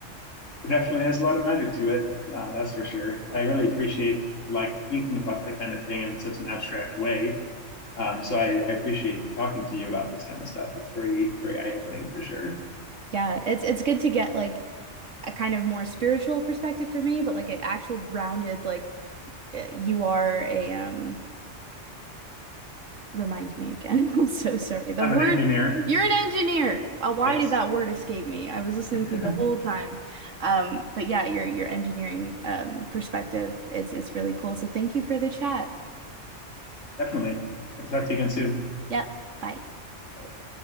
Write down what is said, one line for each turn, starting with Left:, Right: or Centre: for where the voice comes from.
Left: definitely has a lot of magic to it. Uh, that's for sure. I really appreciate like thinking about that kind of thing in such an abstract way Um, so I, I, appreciate talking to you about this kind of stuff. It's very, very eye opening for sure.
Right: Yeah, it's it's good to get like a kind of more spiritual perspective for me, but like an actual grounded, like uh, you are a um remind me again. <laughs> I'm so sorry. The
Left: I'm
Right: word
Left: an engineer.
Right: you're an engineer. Uh, why
Left: Yes,
Right: did that word escape me? I was listening
Left: <laughs>
Right: to you the whole time. Um, but yeah, your your engineering um perspective, it's it's really cool. So thank you for the chat.
Left: definitely. I'll talk to you again soon.
Right: Yep. Bye.
Left: Bye.